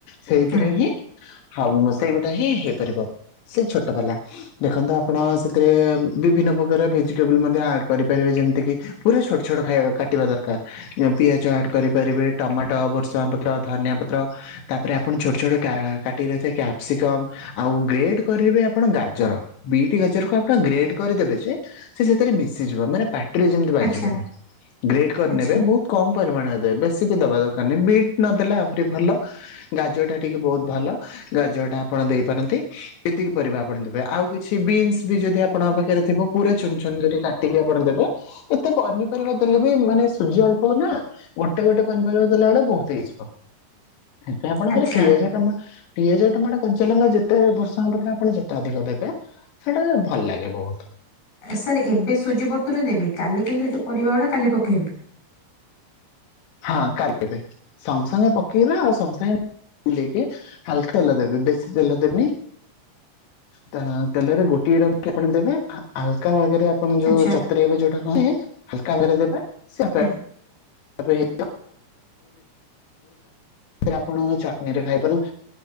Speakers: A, on the left; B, on the left.
A: ସେଇଥିରେ
B: ହୁଁ
A: ହିଁ ହଉ ସେଇଗୋଟା ହିଁ ହେଇପାରିବ ସେ ଛୋଟ ବାଲା। ଦେଖନ୍ତୁ ଆପଣ ସେଥିରେ ବିଭିନ୍ନ ପ୍ରକାର ଭେଜିଟେବଲ ମଧ୍ୟ ଆଡ କରିପାରିବେ ଯେମିତି କିି ପୁରା ଛୋଟ ଛୋଟ ଖାଇବା କାଟିବା ଦରକାର। ପିଆଜ ଆଡ କରିପାରିବେ, ଟମାଟୋ, ବୁର୍ଷଙ୍ଗ ପତ୍ର, ଧନିଆ ପତ୍ର। ତାପରେ ଆପଣ ଛୋଟ ଛୋଟ କା କାଟି ରହିଥିବା କ୍ୟାପସିକମ୍ ଆଉ ଗ୍ରେଡ଼ କରିବେ ଆପଣ ଗାଜର। ବିଟି ଗାଜରକୁ ଆପଣ ଗ୍ରେଡ କରିଦେବେ ଯେ ସେ ସେଥିରେ ମିଶିଯିବ ମାନେ ପାଟିରେ ଯେମିତି ବାଜିବନାହିଁ।
B: ଆଚ୍ଛା
A: ଗ୍ରେଡ କରିନେବେ
B: ଆଚ୍ଛା।
A: ବହୁତ କମ ପରିମାଣରେ ଦେବେ। ବେଶୀ ବି ଦବା ଦରକାର ନାହି। ବିଟ୍ ନଦେଲେ ଆହୁରି ଭଲ। ଗାଜର ଟା ଟିକେ ବହୁତ ଭଲ। ଗାଜର ଟା ଆପଣ ଦେଇପାରନ୍ତି। ଏତିକି ପରିବା ଆପଣ ଦେବେ। ଆଉ କିଛି ବିନ୍ସ ବି ଯଦି ଆପଣଙ୍କ ପାଖରେ ଥିବ, ପୁରା ଚୁନଚୁରେ କାଟିକି ଆପଣ ଦେବେ। ଏତେ ପନିପରିବା ଦେଲେ ବି ମାନେ ସୂଜି ଅଳ୍ପ ନା ଗୋଟେ ଗୋଟେ ପନପରିବା ଦେଲାବେଳେ ବହୁତ ହେଇଯିବ। ଏବେ ଆପଣ
B: ଆଚ୍ଛା
A: ଖାଲି ପିଆଜ ଟମା ପିଆଜ ଟମାଟୋ କଞ୍ଚାଲଙ୍କା ଯେତେ ବର୍ଷା ହବ ଆପଣ ଯେତେ ଅଧିକ ଦେବେ ସେଟା ଭଲ ଲାଗେ ବୋହୁତୁ।
B: ଏ ସାର୍ ଏବେ ସୁଜି ବତୁରେଇ ଦେବି କାଲି କିନ୍ତୁ ଏ ଯୋଉ ପରିବା ଗୁଡା କାଲି ପକେଇବି।
A: ହଁ କାଲି ଦେବେ ସଙ୍ଗ ସଙ୍ଗ ପକେଇବା ଆଉ ସଙ୍ଗ ସଙ୍ଗେ ବୁଲେଇକି ହାଲ ତେଲ ଦେବେ ବେଶୀ ତେଲ ଦେବେନି। ତାଆଁ ତେଲରେ ଗୋଟିଏ ରଙ୍ଗକି ଆପଣ ଦେବେ ଆ ହାଲକା ବାଗେରେ ଆପଣ ଯୋଉ
B: ଆଚ୍ଛା
A: ଚତୁରେଇବେ ଯୋଉଟା କହନି ହାଲକା ଭାବର ଦେବେ ସେ ଆପେ
B: ହୁଁ।
A: <unintelligible> ସେଥିରେ ଆପଣ ଚଟ୍ନିରେ ଖାଇପାରୁ